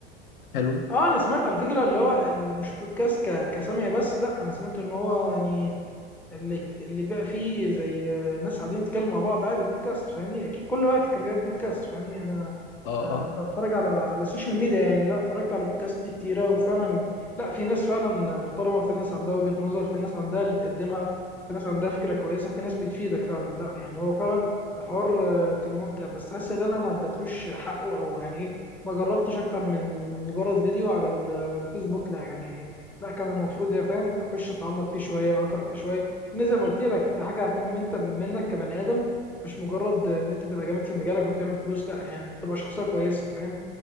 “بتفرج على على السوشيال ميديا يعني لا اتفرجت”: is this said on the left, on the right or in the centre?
Centre